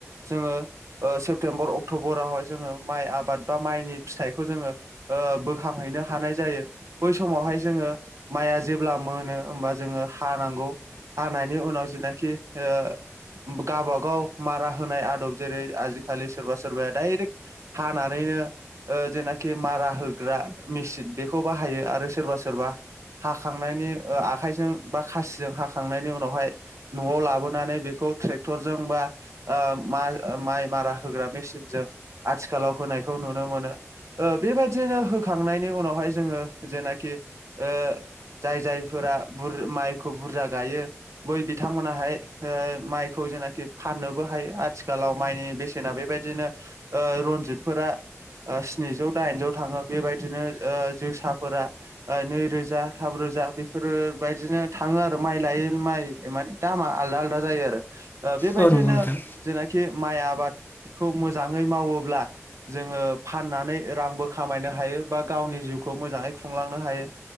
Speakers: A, on the right (about 70°); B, on the left (about 40°).
A: जोङो। ओ सेप्तेम्बर अक्ट'बरावहाय जोङो माइ आबाद बा माइनि फिथाइखौ जोङो ओ बोखां। हैनो हानाय जायो बै समावहाय। जोङो माइआ जेब्ला मोनो होमबा जोङो हानांगौ। हानायनि उनाव जेनाखि ओ। गावबागाव मारा होनाय आदब जेरै आजिखालि सोरबा सोरबाया दडायरेक्ट हानानै ओ जेनाखि मारा होग्रा मेचन बेखौ बाहायो आरो सोरबा सोरबा हाखांनायनि ओ आखाइजों बा खासिजों हाखांनायनि उनावहाय न'आव लाबोनानै बेखौ खौ ट्रेक्टरजोंबा ओ मा-माइ मारा होग्रा मेसिनजों आथिखालाव होनायखौ नुनो मोनो। ओ बेबायदिनो होखांनायनि उनावहाय जोङो जेनाखि ओ जाय जायफोरा बुर माइखौ बुरजा गायो बै बिथांमोनाहाय ओ माइखौ जेनाखि फाननोबो हायो आथिखालाव माइनि बेसेना बेबायदिनो ओ रनजितफोरा ओ स्निजौ दाइनजौ थाङो बेबायदिनो जोसा फोरा ओ नै रोजा थाम रोजा बेफोर बाइदिनो थाङो आरो माइ लाय माइ माने दामा आ आलदा आलदा जायो आरो ओ बेबायदिनो
B: औ नंगौ नोंथां
A: जेनाखि माइ आबादखौ मोजाङै मावोब्ला जोङो फाननानै रांबो खामायनो हायो ओ बा गावनि जिउखौ मोजाङै खुंलांनो हायो।